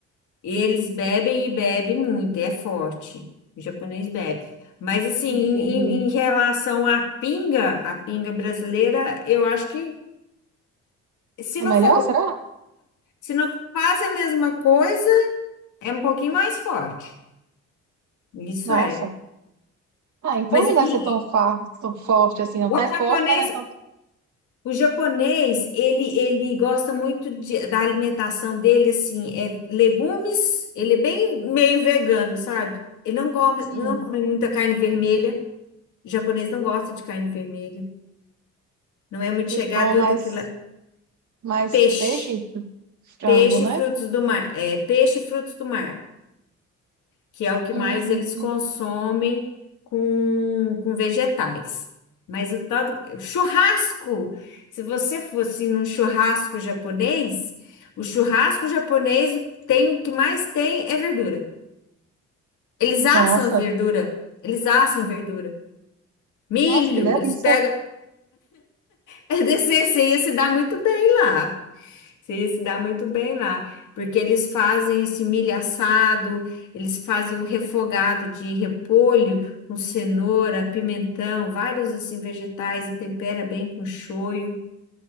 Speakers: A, on the left; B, on the right.
A: eles bebem e bebem muito, é forte. O japonês bebe. Mas assim,
B: Entendi.
A: em, em- em relação à pinga, a pinga brasileira, eu acho que se
B: É
A: não
B: melhor,
A: for,
B: será?
A: se não for quase a mesma coisa, é um pouquinho mais forte. Isso
B: Nossa.
A: é.
B: Ah, então
A: Mas
B: não
A: e,
B: deve ser tão, fa- tão forte assim, não. Até
A: o japonês,
B: forte, mas não é tão.
A: O japonês, ele, ele gosta muito de- da alimentação dele, assim, é legumes, ele é bem meio vegano, sabe? Ele não come,
B: Sim.
A: não come muita carne vermelha. O japonês não gosta de carne vermelha. Não é muito
B: Ele
A: chegado
B: coma
A: e
B: mais,
A: outra que lá.
B: mais
A: Peixe.
B: peixe frango,
A: Peixe
B: né?
A: e frutos do mar. É, peixe e frutos do mar. que é o
B: Hum,
A: que mais eles
B: sim.
A: consomem com, com vegetais. Mas o tal do churrasco, se você fosse num churrasco japonês, o churrasco japonês tem o que mais tem é verdura. Eles assam
B: Nossa,
A: a verdura, eles assam a verdura. Milho,
B: nossa, que delícia.
A: eles pegam. <laughs> É desse, você ia se dar muito bem lá. Você ia se dar muito bem lá, porque eles fazem esse milho assado, eles fazem um refogado de repolho com cenoura, pimentão, vários assim vegetais e tempera bem com shoyu.